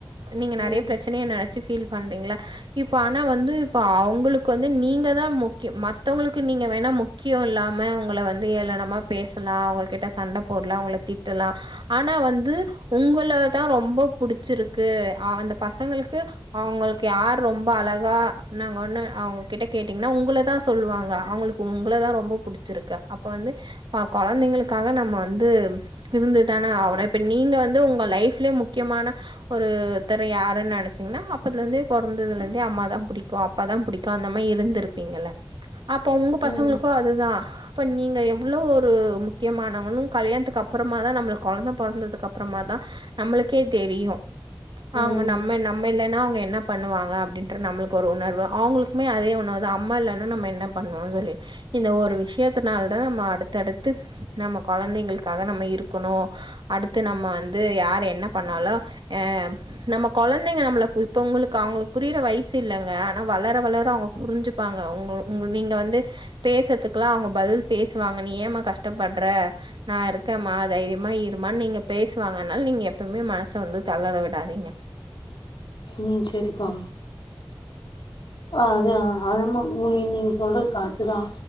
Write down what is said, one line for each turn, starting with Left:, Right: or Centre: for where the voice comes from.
Right: நீங்க நெறய
Left: ம்
Right: ப் ப்ரச்சனைய நெனச்சு ஃபீல் பண்றீங்ளா இப்ப ஆனா வந்து இப்ப அவங்குளுக்கு வந்து நீங்க தா முக்கியம் மத்தவங்களுக்கு நீங்க வேணா முக் க்கியோ இல்லாம உங்கள வந்து ஏளனமா பேசலா உங்ககிட்ட சண்ட போடலாம் உங்கள தீட்டாலாம் ஆனா வந்து உங்கள தா ரொம்ப புடிச்சிருக்கு அ அந்த பசங்களுக்கு அவங் யார் ரொம்ப அழகா நாங்க ஒன்னு அவங்க கிட்ட கேட்டீங்கனா உங்கள தான் சொல்லுவாங்க அவங்ளுக்கு உங்கள தான் ரொம் புடிச்சிருக்கு அப்ப வந்து அ கொழந்தைங்ளுக்காக நம்ம வந்து இருந்து தான ஆவ்னும் இப்போ நீங்க வந்து உங்க லைஃப்லா முக்கியமான ஒருத்தர் யாருன்னு நெனச்சீங்கனா அப்பதுல இருந்து போறதாதுலா இருந்து அம்மாதா புடிக்கும் அப்பாதா புடிக்கும் அந்த மா இருந்திருப்பீங்க ல்ல அப்போ உங்க பசங்ளுக்கும்
Left: ம்
Right: அது தா இப்போ நீங்க எவ்ளோ ஒரு முக்கியமானவு கல்யாணத்துக்க அப் புறமா தா நம்மள கொழந்த பொறந்ததுக்கு அப்றமா தா நம்மளுக்கே தெரியு அவ்ங்க
Left: ம்
Right: நம்ம நம் ம்ம இல்லன்னா அவ்ங்க என்ன பண்ணுவாங்க அப்டின்ற நம்மளுக் ஒரு உணர்வு அவங்குளுக்குமே அதே உணர்வு தா அம்மா இல்லானா நம்ம என்னப் பண்ணுவோன் சொல்லி இந்த ஒரு விஷயத்தினால தா நம்ம அடுத்தடுத்து நம்ம கொழந்தைகளுக்காக நம் ம்ம இருக்கணும் அடுத்து நம்ம வந்து யார் என்ன பண்ணாலும் அ நம்ம கொழந்தைங்க நாமல இப்ப உங்களுக்கு அவங்களுக் புரியற வயசு இல்லைங்க ஆனா வளர வளர அவங்க புரிஞ்சு ப்பாங்க உங் உங்க நீங்க வந்து பேசறதுக்குல்லா அவங்க பதில் பேசுவாங்க நீ ஏமா கஷ்டப்படுற நா இருக் க்க மா தைரியமா இருமான்னு நீங்க பேசுவாங்கன் னால நீங்க எப்பவுமே மனச வந்து தளற விடாதீங்க
Left: ம் செரிப்பா அது அத உ நீங்க சொல்றது கரெட்டு தா